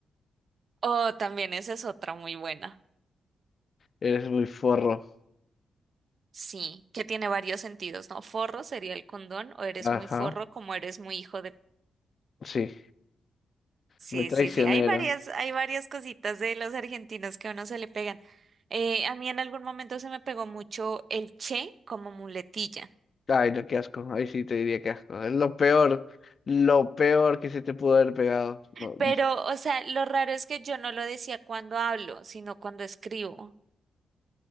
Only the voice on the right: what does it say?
oh también esa es otra muy buena.
Sí, que tiene varios sentidos, ¿no? Forro sería el condón, o eres
muy forro, como eres muy hijo de
Sí,
sí, sí, hay varias, hay varias cositas de los argentinos que a uno se le pegan. Eh, a mí en algún momento se me pegó mucho el che como muletilla,
pero,
o sea, lo raro es que yo no lo decía cuando hablo, sino cuando escribo.